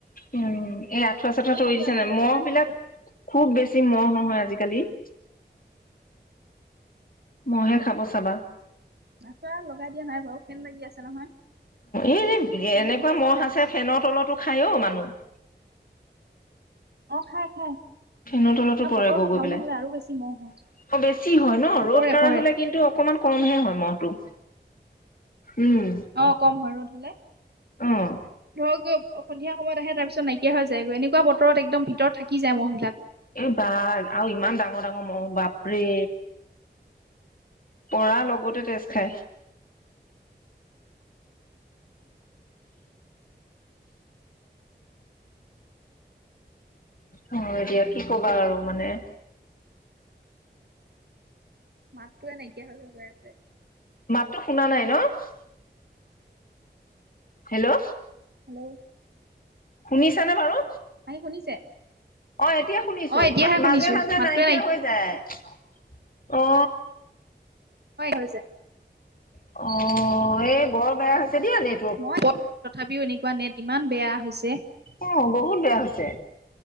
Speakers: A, on the left; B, on the right.
A: উম এই আঁঠুৱা
B: এতিয়া
A: চাঠুৱা তৰি
B: সন্ধিয়া
A: দিছো
B: নহওঁতে
A: নে মহ
B: জগাই
A: বিলাক
B: দিওঁগৈ
A: খুব বেছি মহ নহয় আজি কালি। কালি। মহে খাব চাবা।
B: নাচা লগাই দিয়া নাই বাৰু ফেন বাগি আছে নহয়।
A: এ
B: ফেন
A: এনেকুৱা
B: লাগি
A: ম'হ
B: যে
A: আছে ফেনৰ তলতো খায়েই অঁ মানুহ।
B: অঁ খাই খাই।
A: ফেনৰ তলতো
B: আৰু
A: পৰেগৈ
B: বতৰটো
A: গৈ
B: ভাল
A: পেলাই
B: নহ'লে
A: অঁ
B: আৰু বেছি মহ হয়
A: বেছি হয় ন
B: অ
A: ৰ'দ
B: পৰে
A: কাঢ়া
B: পৰে
A: হলে কিন্তু অকমান কমহে হয় মহটো। উম,
B: অঁ কম হয় ৰ'দ হলে
A: অ'।
B: ধৰক। অঁ সন্ধিয়ায়ত আহে তাৰ পিছত নাইকিয়া হৈ যায় গৈ এনেকুৱা বতৰত একদম ভিতৰত থাকি যায় মহ বিলাক।
A: এ বাই আৰু ইমান ডাঙৰ ডাঙৰ মহ বাপৰে। পৰা লগতে তেজ খাই। অ এতিয়া কি কবা আৰু মানে।
B: মাতটো নাইকিয়া হৈ হৈ গৈ আছে।
A: মাততো শুনা <unintelligible> হেল্ল'
B: হেল্ল'
A: শুনিছানে বাৰু।
B: আহি শুনিছে
A: অ এতিয়া শুনিছো
B: অ এতিয়াহে শুনিছো
A: মাজে মাজে
B: মাতটোৱে
A: নাইকিয়া হৈ যায়। অ
B: হয় হৈ যায়।
A: অ এই বৰ বেয়া হৈছে? দিয়া নেটৱৰ্ক
B: মই তথাপিও এনেকুৱা নেট। ইমান বেয়া হৈছে?
A: অ বহুত বেয়া হৈছে?